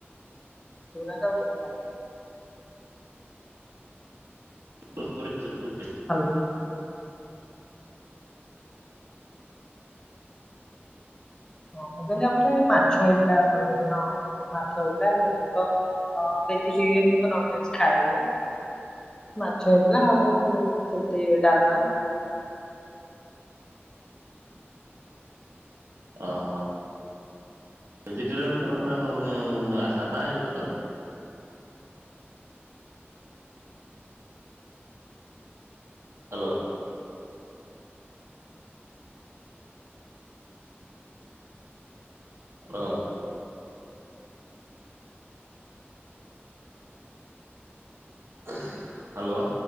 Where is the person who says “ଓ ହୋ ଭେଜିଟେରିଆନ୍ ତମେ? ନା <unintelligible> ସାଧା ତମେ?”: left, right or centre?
Right